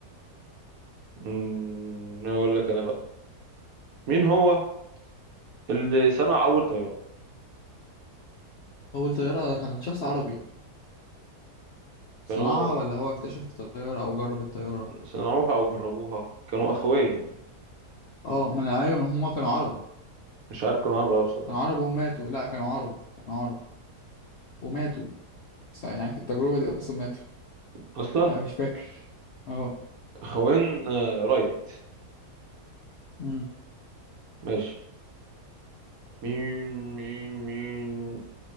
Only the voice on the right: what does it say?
امم اقول لك انا بقى مين هو اللي صنع اول طيارة
كانوا
صنعوها او جربوها كانوا اخوين
مش عارف كانوا اربعة ولا بصراحة
اصلا
خوين آه رايد
ماشي مين مين مين